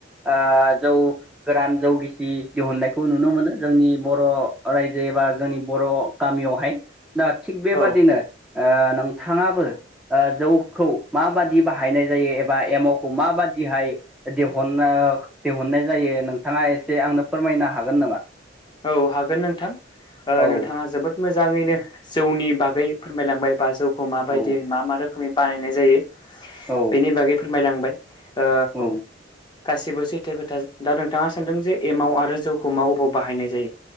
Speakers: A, in the centre; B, on the left.
A: ओ जौ गोरान जौगिसि दिहुननायखौ नुनो मोनो जोंनि बर' रायजो एबा जोंनि बर' गामियावहाय दा थिग बेबादिनो
B: औ
A: ओ नोंथांङाबो जौखौ माबादि बाहायनाय जायो एबा एमावखौ माबादिहाय दिहुननो दिहुननाय जायो नोंथाङा एसे आंनो फोरमायनो हागोन नामा?
B: औ हागोन नोंथां ओ
A: औ
B: नोंथाङा जोबोद मोजाङैनो जौनि बागै फोरमायलांबाय बा जौखौ माबायदि
A: औ
B: मा मा रो खोमै बानायनाय जायो।
A: औ।
B: नि बागै फोरमायलांबाय। ओ
A: औ
B: गासिबो सैथो खोथा। दा नोंथाङा सोंदों जे एमाव आरो जौखौ मा अबाव बाहायनाय जायो?